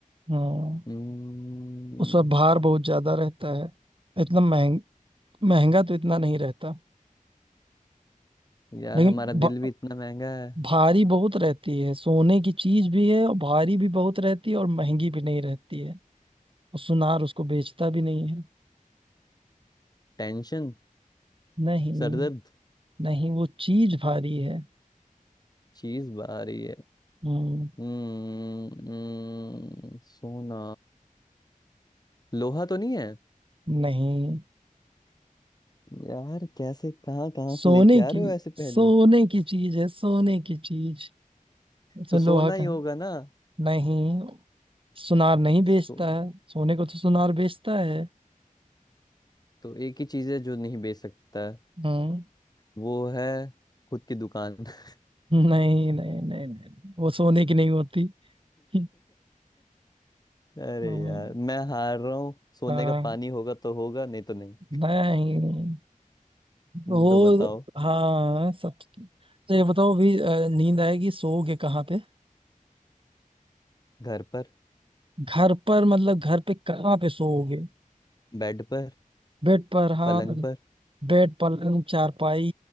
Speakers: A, on the right; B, on the left.
A: हम्म।
B: हम्म,
A: उस पर भार बहुत ज्यादा रहता है इतना महंग महंगा तो इतना नहीं रहता
B: यार
A: लेकिन
B: हमारा दिल
A: भ-
B: भी इतना महंगा है
A: भारी बहुत रहती है सोने की चीज भी है और भारी भी बहुत रहती है और महंगी भी नहीं रहती है और सुनार उसको बेचता भी नहीं है
B: टेंशन
A: नहीं
B: सरदर्द
A: नहीं वो चीज भारी है
B: चीज बाहरी है
A: हम्म,
B: हम्म हम्म, सोना लोहा तो नहीं है
A: नहीं
B: यार कैसे कहाँ कहाँ
A: सोने
B: से लेके आ
A: की
B: रहे हो ऐसे पहेली
A: सोने की चीज है सोने की चीज उसमें
B: तो सोना
A: लोहा का
B: ही
A: है
B: होगा ना
A: नहीं सुनार नहीं बेचता
B: सो
A: है सोने को तो सुनार बेचता है
B: तो एक ही चीज है जो नहीं बेच सकता है,
A: हम्म
B: वो है खुद की दुकान <laughs>
A: नहीं नहीं नहीं नहीं वो सोने की नहीं होती <laughs>
B: अरे
A: हाँ
B: यार मैं हार रहा हूँ सोने
A: हाँ
B: का पानी होगा तो होगा नहीं तो नहीं
A: नहीं वो
B: हम्म, तो बताओ
A: हाँ सब तो ये बताओ अभी अ, नींद आएगी सोओगे कहाँ पे
B: घर पर
A: घर पर मतलब घर पे कहाँ पे सोओगे
B: बेड पर
A: बेड पर हाँ
B: पलंग पर
A: बेड पलंग चारपाई